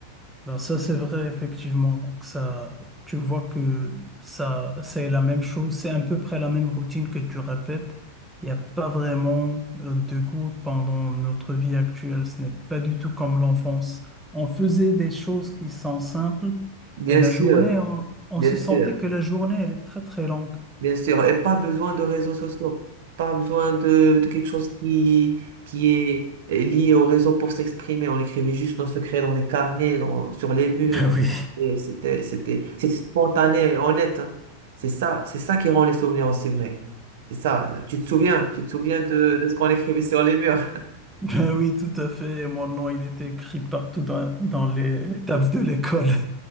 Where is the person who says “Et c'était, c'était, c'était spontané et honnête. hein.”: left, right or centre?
Right